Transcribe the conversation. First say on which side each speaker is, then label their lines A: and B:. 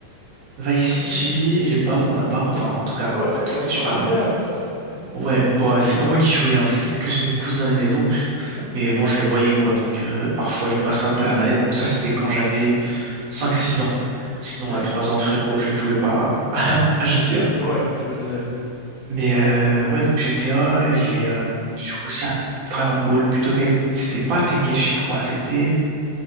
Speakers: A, on the right; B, on the left.
A: Vice City,
B: Mhm.
A: j'ai pas, on n'a pas, enfin en tout cas,
B: Ah ouais, t'as commencé
A: j'ai
B: par
A: pas
B: GTA, putain. Ok.
A: Ouais, bon, ouais, c'est pas moi qui jouais, hein, c'était plus mes cousins et mes oncles.
B: Mhm.
A: Mais bon, je le voyais quoi, donc euh, parfois ils me passaient un peu la manette. Bon, ça c'était quand j'avais cinq six ans. Sinon,
B: Ok.
A: à 3 ans, frérot, je ne jouais pas <laughs> à GTA.
B: Ouais, je me disais.
A: Mais euh, ouais, donc GTA, et j'ai euh, j'ai joué aussi à Dragon Ball, Budokai. C'était pas Tenkaichi 3, c'était